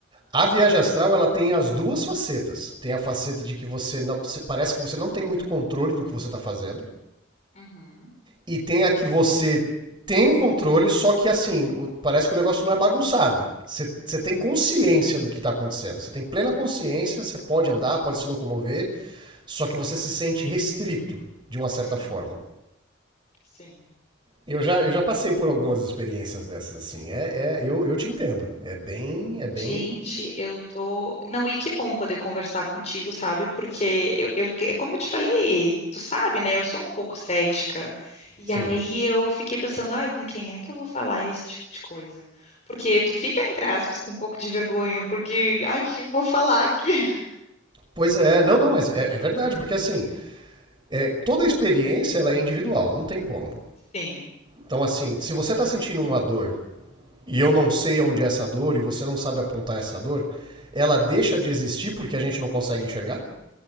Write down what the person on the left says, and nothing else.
uhum,
uhum.
Sim.
Gente, eu tô. Não, e que bom poder conversar contigo, sabe? Porque eu, eu, é como eu te falei, tu sabe, né? Eu sou um pouco cética. E
aí eu fiquei pensando, ai, com quem é que eu vou falar esse tipo de coisa? Porque tu fica, entre aspas, com um pouco de vergonha, porque, ai, o que eu vou falar aqui?
<laughs> Sim,